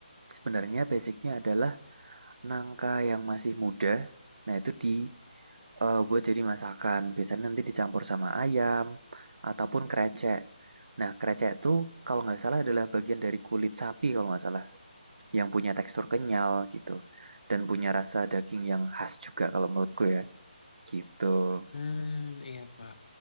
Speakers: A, on the right; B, on the left.
A: sebenarnya basicnya adalah Nangka yang masih muda, nah itu di eh, buat jadi masakan. Biasanya nanti dicampur sama ayam ataupun krecek. Nah, krecek itu kalau nggak salah adalah bagian dari kulit sapi kalau nggak salah, yang punya tekstur kenyal gitu dan punya rasa daging yang khas juga kalau menurutku ya. Gitu.
B: Hmm, iya Kak.